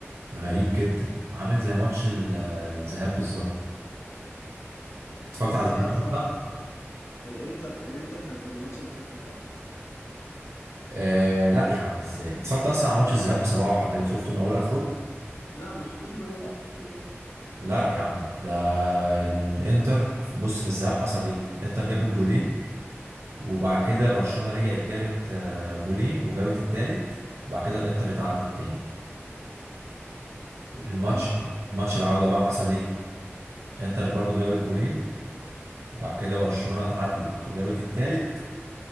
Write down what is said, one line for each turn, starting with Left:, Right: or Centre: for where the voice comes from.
Right: غريب جدا عامل زي ماتش ال- الذهاب بالظبط اتفرجت
Left: بس
Right: على الذهاب
Left: هي صراحه الانتر الانتر كانت الماتش اللي فات كنت اقوى
Right: آه لا يا عم ازاي اتفرجت اصلا على ماتش الذهاب بصراحه كده شفته من اوله لاخره
Left: لا ما شفتوش من اول لاخر شفت جوان
Right: لا يا عم ده الانتر بص في الذهاب حصل ايه الانتر جاب الجولين وبعد كده برشلونة رجعت جابت آه، جولين وجابت التالت وبعد كده الانتر اتعادلت تاني الماتش
Left: اه
Right: ماتش العودة بقى حصل ايه انتر برضو جابت جولين بعد كده برشلونة اتعادلت وجابت التالت